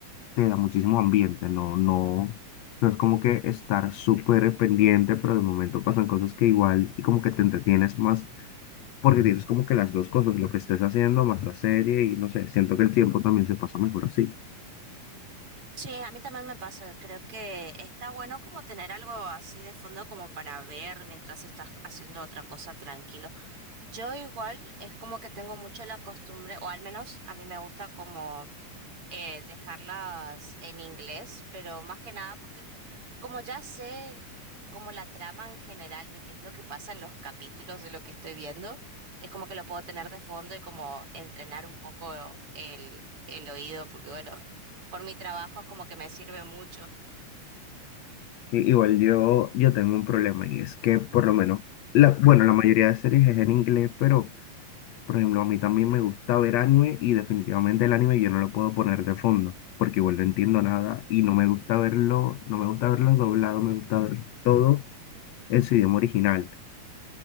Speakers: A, on the left (about 70°); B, on the right (about 45°).
A: te da muchísimo ambiente, no, no, no es como que estar súper pendiente, pero de momento pasan cosas que igual y como que te entretienes más, porque tienes como que las dos cosas, lo que estés haciendo más la serie y no sé, siento que el tiempo también se pasa mejor así.
B: Sí, a mí también me pasa. Creo que está bueno como tener algo así de fondo como para ver mientras estás haciendo otra cosa tranquilo. Yo igual es como que tengo mucho la costumbre, o al menos a mí me gusta como eh, dejarlas en inglés, pero más que nada porque como ya sé como la trama en general de qué es lo que pasa en los capítulos de lo que estoy viendo, es como que lo puedo tener de fondo y como entrenar un poco el, el oído, porque bueno, <laughs> por mi trabajo es como que me sirve mucho.
A: I- igual yo, yo tengo un problema y es que por lo menos, la, bueno, la mayoría de series es en inglés, pero... Por ejemplo, a mí también me gusta ver anime y definitivamente el anime yo no lo puedo poner de fondo porque igual no entiendo nada y no me gusta verlo, no me gusta verlo doblado, me gusta ver todo en su idioma original.